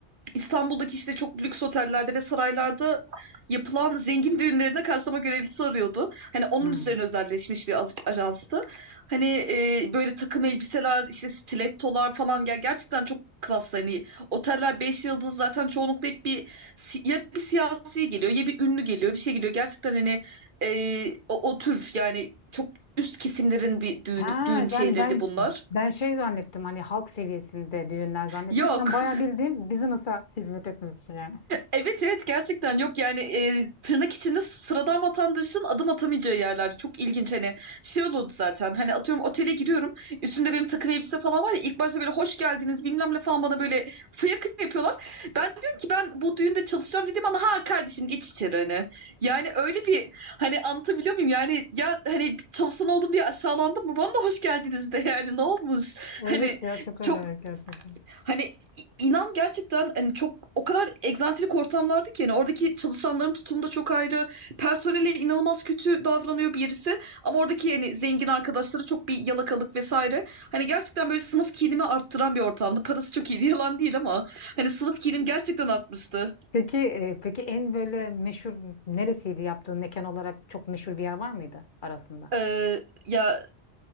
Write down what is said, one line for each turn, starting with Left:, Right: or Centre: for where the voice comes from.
Right: İstanbul'daki işte çok lüks otellerde ve saraylarda yapılan zengin düğünlerine karşılama görevlisi arıyordu. Hani onun
Left: hı. Hı.
Right: üzerine özelleşmiş bir az- ajanstı. Hani e, böyle takım elbiseler, işte stilettolar falan gel gerçekten çok klas hani oteller 5 yıldız zaten çoğunlukla hep bir si- ya bir siyasi geliyor ya bir ünlü geliyor bir şey geliyor gerçekten hani e, o, o tür yani çok üst kesimlerin bir düğün,
Left: Ha
Right: düğün şeyleri
Left: yani ben
Right: de bunlar.
Left: ben şey zannettim hani halk seviyesinde düğünler zannettim.
Right: Yok
Left: Sen bayağı bildiğin business'a hizmet etmişsin yani.
Right: Evet evet gerçekten yok yani e, tırnak içinde sıradan vatandaşın adım atamayacağı yerler çok ilginç hani şey oldu zaten hani atıyorum otele giriyorum üstümde benim takım elbise falan var ya ilk başta böyle hoş geldiniz bilmem ne falan bana böyle fıyaka yapıyorlar ben diyorum ki ben bu düğünde çalışacağım dedim ana ha kardeşim geç içeri hani yani öyle bir hani anlatabiliyor muyum yani ya hani çalışan oldum diye aşağılandım mı bana da hoş geldiniz de yani ne olmuş
Left: Evet
Right: hani
Left: ya çok acayip
Right: çok
Left: gerçekten.
Right: Hani inan gerçekten hani çok o kadar egzantrik ortamlardı ki yani oradaki çalışanların tutumu da çok ayrı. Personele inanılmaz kötü davranıyor birisi ama oradaki yani zengin arkadaşları çok bir yalakalık vesaire. Hani gerçekten böyle sınıf kinimi arttıran bir ortamdı. Parası çok iyiydi <laughs> yalan değil ama hani sınıf kinim gerçekten artmıştı.
Left: Peki, e, peki en böyle meşhur neresiydi yaptığın mekan olarak çok meşhur bir yer var mıydı arasında?
Right: Ee, ya